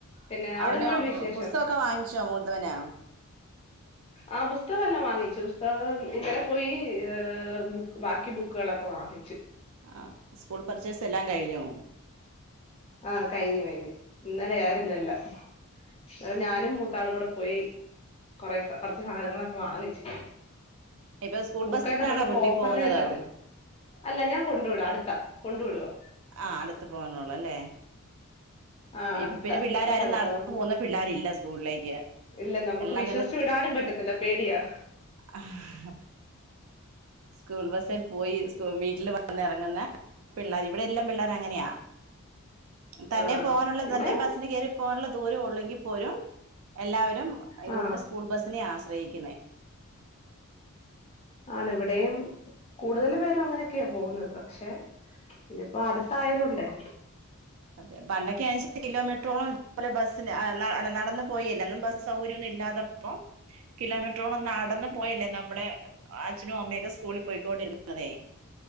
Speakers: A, on the left; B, on the right.
A: പിന്നെ അവിടെ
B: അവന്
A: എന്തോണ്ട് വിശേഷം
B: പുസ്തകവൊക്കെ വാങ്ങിച്ചോ? മൂത്തവന്
A: ആഹ് പുസ്തകം എല്ലാം വാങ്ങിച്ചു പുസ്തകം ഇന്നലെ പോയി ഏ ബുക്ക് ബാക്കി ബുക്കുകളൊക്കെ വാങ്ങിച്ചു
B: ആഹ് സ്കൂൾ പർച്ചേഴ്സ് എല്ലാം കഴിഞ്ഞു
A: ആഹ് കഴിഞ്ഞു കഴിഞ്ഞു ഇന്നലെ ആരുന്നെല്ലാം ഇന്നലെ ഞാനും മു ആളും കൂടെ പോയി കൊറെ കുറച്ച് സാധനങ്ങളൊക്കെ വാങ്ങിച്ചു
B: ഇപ്പൊ സ്കൂൾ
A: ബുക്കൊക്കെ
B: ബസ്സിലാണോ
A: നമുക്ക്
B: കുട്ടി
A: ഓഫറിന്
B: പോകുന്നത്
A: കിട്ടത്തില്ല അല്ല ഞാൻ കൊണ്ടു വിട അടുത്താ കൊണ്ടു വിടുവാ
B: ആ അടുത്ത് പോന്നോളൂ അല്ലേ
A: ആ
B: ഇപ്പൊ
A: അടുത്താ
B: പിന്നെ പിള്ളോര്
A: തൊട്ടടുത്താ
B: ആരും നടന്നു
A: അതുകൊണ്ട്
B: പോകുന്ന പിള്ളേരില്ല സ്കൂളിലേക്ക്
A: ഇല്ല നമുക്ക്
B: എല്ലാം
A: വിശ്വസിച്ചു വിടാനും പറ്റത്തില്ല പേടിയാ
B: ആഹ് സ്കൂൾ ബസ്സിൽ പോയി. സ് വീട്ടിൽ വന്ന് എറങ്ങുന്ന പിള്ളേർ. ഇവിടെ എല്ലാം പിള്ളേർ അങ്ങനെയാ. തന്നെ
A: ആ
B: പോകാനുള്ളത്
A: ഇവിടെ
B: തന്നെ ബസ്സിന് കേറി പോകാനുള്ള ദൂര ഉള്ളെങ്കിൽ പോലും എല്ലാവരും ഇതുപോലെ
A: ആ
B: സ്കൂൾ ബസ്സിനെ ആശ്രയിക്കുന്നെ.
A: ആണ് ഇവിടെയും കൂടുതൽ പേരും അങ്ങനെയൊക്ക്യെ പോകുന്നത്. പക്ഷെ ഇനിപ്പോ അടുത് ത്തായതൂ ണ്ടെ
B: അതെ പണ്ടൊക്കെ അഞ്ച് കിലോമീറ്ററോളം ബസിന് <unintelligible> നടന്നു പോയി എല്ല ഒന്നും ബസ് സൗകര്യംന്നും ഇല്ലാതപ്പം. കിലോമീറ്ററോണ ഒന്ന് നടന്ന് പോയല്ലേ നമ്മുടെ അച്ഛനും അമ്മയൊക്കെ സ്കൂളിൽ പോയിക്കൊണ്ടിരുന്നതെ